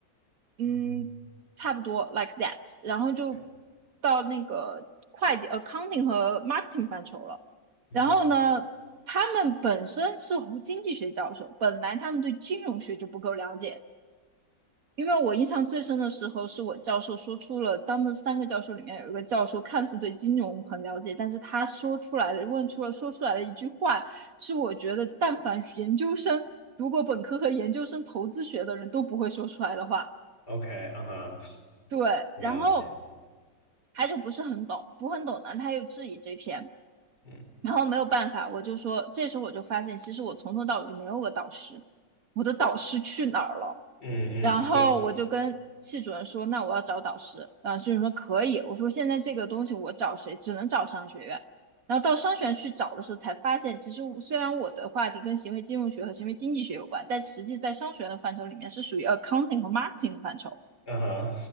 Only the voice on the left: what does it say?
嗯，
对，
嗯哼
，OK，啊哈，
了解，
嗯
嗯嗯，
是，
啊哈，